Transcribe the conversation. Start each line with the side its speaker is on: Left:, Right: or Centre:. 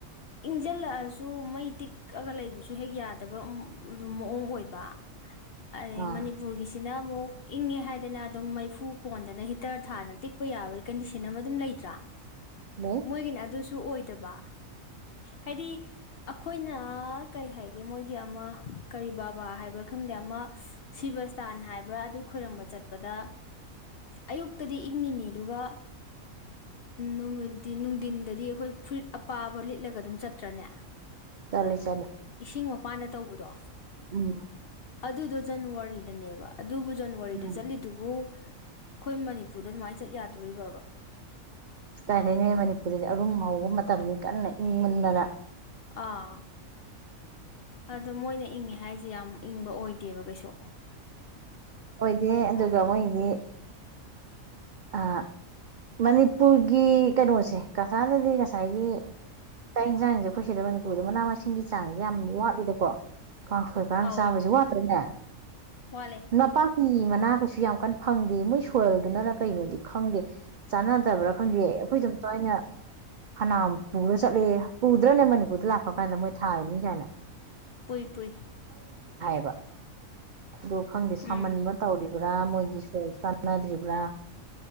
Left: ꯏꯪꯁꯤꯜꯂꯛꯑꯁꯨ ꯃꯩ ꯇꯤꯛꯑꯒ ꯂꯩꯕꯁꯨ ꯍꯦꯛ ꯌꯥꯗꯕ ꯑꯗꯨꯝ ꯃꯑꯣꯡ ꯑꯣꯏꯕ ꯑꯗꯩ
Right: ꯑꯥ
Left: ꯃꯅꯤꯄꯨꯔꯒꯤꯁꯤꯅ ꯑꯃꯨꯛ ꯏꯪꯉꯦ ꯍꯥꯏꯗꯅ ꯑꯗꯨꯝ ꯃꯩꯐꯨ ꯀꯣꯟꯗꯅ ꯍꯤꯇꯔ ꯊꯥꯗꯅ ꯇꯤꯛ ꯀꯞꯄ ꯌꯥꯕꯒꯤ ꯀꯟꯗꯤꯁꯟ ꯑꯃ ꯑꯗꯨꯝ ꯂꯩꯇ꯭ꯔꯥ
Right: ꯂꯩ
Left: ꯃꯣꯏꯒꯤꯅꯦ ꯑꯗꯨꯁꯨ ꯑꯣꯏꯗ ꯑꯠꯇꯕ ꯍꯥꯏꯗꯤ ꯑꯩꯈꯣꯏꯅ ꯀꯩ ꯍꯥꯏꯒꯦ ꯃꯣꯏꯒꯤ ꯑꯃ ꯀꯔꯤ ꯕꯥꯕꯥ ꯍꯥꯏꯕ꯭ꯔꯥ ꯈꯪꯗꯦ ꯑꯃ ꯁꯤꯕꯁꯇꯥꯟ ꯍꯥꯏꯕ꯭ꯔꯥ ꯑꯗꯨ ꯈꯣꯏꯔꯝꯕ ꯆꯠꯄꯗ ꯑꯌꯨꯛꯇꯗꯤ ꯏꯪꯉꯤꯅꯤ ꯑꯗꯨꯒ ꯅꯨꯃꯤ ꯅꯨꯡꯊꯤꯟꯗꯗꯤ ꯑꯩꯈꯣꯏ ꯐꯨꯔꯤꯏꯠ ꯑꯄꯥꯕ ꯂꯤꯠꯂꯒ ꯑꯗꯨꯝ ꯆꯠꯇ꯭ꯔꯅꯦ
Right: ꯆꯠꯂꯤ ꯆꯠꯂꯤ
Left: ꯏꯁꯤꯡ ꯃꯄꯥꯟꯗ ꯇꯧꯕꯗꯣ
Right: ꯎꯝ
Left: ꯑꯗꯨꯗꯣ ꯖꯅꯋꯥꯔꯤꯗꯅꯦꯕ ꯑꯗꯨꯕꯨ ꯖꯅꯋꯥꯔꯤꯗ
Right: ꯃꯥꯅꯤ
Left: ꯆꯠꯂꯤꯗꯨꯕꯨ ꯑꯩꯈꯣꯏ ꯃꯅꯤ ꯄꯨꯨꯗ ꯑꯗꯨꯃꯥꯏ ꯆꯠ ꯌꯥꯗꯦ ꯇꯧꯔꯤꯕꯥꯕ
Right: ꯀꯥꯏꯗꯩꯅꫭ ꯍꯦ ꯃꯅꯤꯄꯨꯔꯗꯗꯤ ꯑꯔꯨꯝ ꯍꯧꯕ ꯃꯇꯝꯅꯤ ꯀꯟꯅ ꯏꯪ ꯃꯟꯗꯅ
Left: ꯑꯥ ꯑꯗꯣ ꯃꯣꯏꯅ ꯏꯪꯉꯦ ꯍꯥꯏꯁꯦ ꯌꯥꯝ ꯏꯪꯕ ꯑꯣꯏꯗꯦꯕ ꯀꯩꯁꯨ
Right: ꯑꯣꯏꯗꯦ ꯑꯗꯨꯒ ꯃꯣꯏꯗꯤ ꯑ ꯃꯅꯤꯞ ꯄꯨꯔꯒꯤ ꯀꯩꯅꯣꯁꯦ ꯀꯁꯥꯔꯗꯗꯤ ꯉꯁꯥꯏꯒꯤ ꯆꯥꯛ ꯏꯟꯖꯥꯡꯁꯦ ꯈꫭꯏꯁꯤꯗ ꯃꯅꯤꯄꯨꯔ ꯑꯗꯣ ꯃꯅꯥ ꯃꯁꯤꯡꯒꯤ ꯆꯥꯡꯁꯦ ꯌꯥꯝ ꯋꯥꯠꯂꯤꯗꯀꯣ ꯀꯥꯡꯁꫭꯏ ꯀꯔꯥꯡ
Left: ꯑꯧ
Right: ꯆꯥꯕꯁꯦ ꯋꯥꯠꯇ꯭ꯔꯅꯦ
Left: ꯋꯥꯠꯂꯦ
Right: ꯅꯥꯄꯥꯛꯄꯤ ꯃꯅꯥ ꯀꯩꯁꯨ ꯌꯥꯝ ꯀꯟꯅ ꯐꯪꯗꯦ ꯃꯣꯏ ꯁꯣꯏꯜꯗꯨꯅꯔ <unintelligible> ꯀꯩꯅꯣꯗꯤ ꯈꯪꯗꯦ ꯆꯥꯟꯅꯗꯕ꯭ꯔꯥ ꯈꯪꯗꯦ
Left: ꯎꯝ
Right: ꯑꯩꯈꯣꯏ ꯏꯗꫭꯝꯆꯥ ꯍꫭꯏꯅ ꯐꯅꯥꯝ ꯄꯨꯔ ꯆꯠꯂꯦ ꯄꯨ ꯗꯔꯅꯦ ꯃꯅꯤꯄꯨꯔꯗ ꯂꯥꯛꯄ ꯀꯥꯟꯗ ꯃꯣꯏ ꯊꯥꯔꯨꯅꯤ ꯀꯥꯏꯅ
Left: ꯄꯨꯏ ꯄꯨꯏ
Right: ꯕ ꯑꯗꯨ ꯈꯪꯗꯦ ꯁꯥꯃꯟꯕ
Left: ꯎꯝ
Right: ꯇꯧꯔꯤꯕ ꯑ ꯃꯣꯏꯒꯤ ꯁꫭꯏꯜ ꯆꯥꯟꯅꯗ꯭ꯔꯤꯕ꯭ꯔꯥ